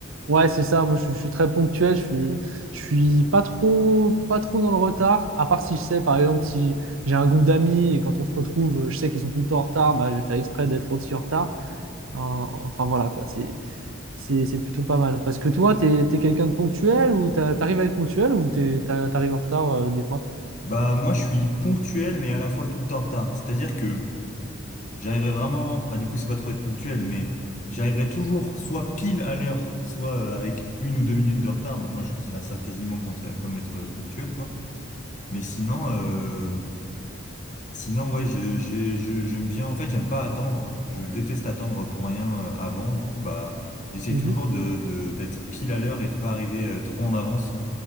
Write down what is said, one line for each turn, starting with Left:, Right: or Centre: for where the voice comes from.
Right: Ouais, c'est ça. Moi, je, suis je suis très ponctuel. Je suis, je suis pas trop, pas trop dans le retard. À part si je sais, par exemple, si j'ai un groupe d'amis et quand on se retrouve, euh, je sais qu'ils sont tout le temps en retard, bah, je vais faire exprès d'être aussi en retard. Euh, enfin, voilà, quoi. C'est, C'est c'est plutôt pas mal. Parce que toi, t'es t'es quelqu'un de ponctuel ou t'as- t'arrives à être ponctuel ou t'es- t'as- t'arrives en retard euh, des fois?
Left: Bah moi je suis ponctuel mais à la fois tout le temps en retard. C'est-à-dire que j'arriverai vraiment, bah du coup c'est pas trop être ponctuel, mais j'arriverai toujours soit pile à l'heure, soit euh, avec une ou deux minutes de retard. Donc moi je considère ça quasiment contre- comme être euh, ponctuel, quoi. Mais sinon. euh, Sinon, ouais, je, j'ai- je- j'aime bien. En fait, j'aime pas attendre. Je déteste attendre pour rien euh, avant. Du coup, bah, j'essaie
Right: Mhm.
Left: toujours de, de- d'être pile à l'heure et de pas arriver euh, trop en avance.